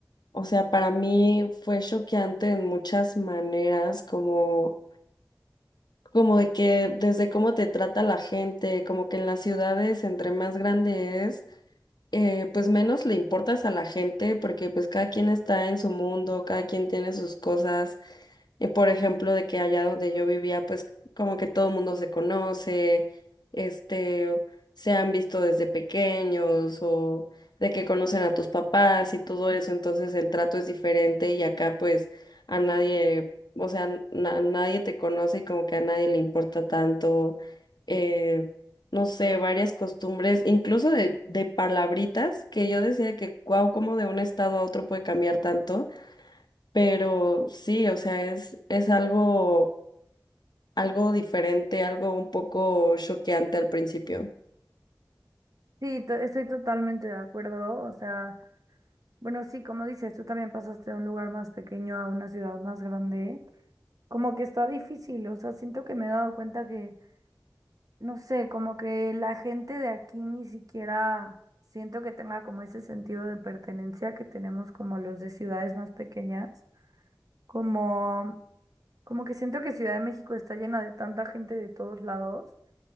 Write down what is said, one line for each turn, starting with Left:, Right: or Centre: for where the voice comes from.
Left: o sea, para mí fue choqueante en muchas maneras, como, como de que desde cómo te trata la gente, como que en las ciudades, entre más grande es, eh, pues menos le importas a la gente porque pues cada quien está en su mundo, cada quien tiene sus cosas. Eh, por ejemplo, de que allá donde yo vivía, pues como que todo el mundo se conoce, este, se han visto desde pequeños o de que conocen a tus papás y todo eso, entonces el trato es diferente y acá pues a nadie, o sea, na- nadie te conoce y como que a nadie le importa tanto. eh, no sé, varias costumbres, incluso de, de palabritas, que yo decía que, wow, cómo de un estado a otro puede cambiar tanto, pero sí, o sea, es, es algo, algo diferente, algo un poco choqueante al principio.
Right: Sí, to- estoy totalmente de acuerdo, o sea, bueno, sí, como dices, tú también pasaste de un lugar más pequeño a una ciudad más grande, como que está difícil, o sea, siento que me he dado cuenta que no sé, como que la gente de aquí ni siquiera siento que tenga como ese sentido de pertenencia que tenemos como los de ciudades más pequeñas, como, como que siento que Ciudad de México está llena de tanta gente de todos lados